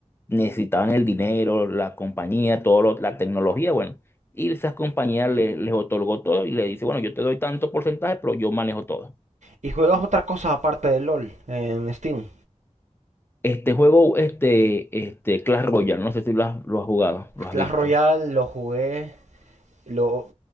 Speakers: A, on the left; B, on the right.
A: necesitaban el dinero, la compañía, todo lo- la tecnología, bueno. Y esas compañías le- les otorgó todo y le dice, bueno, yo te doy tanto porcentaje, pero yo manejo todo.
B: ¿Y juegas otra cosa aparte de LOL en Steam?
A: Este juego, este, este Clash Royale, no sé si lo has, lo has jugado, lo has
B: Clash
A: visto.
B: Royale lo jugué, lo,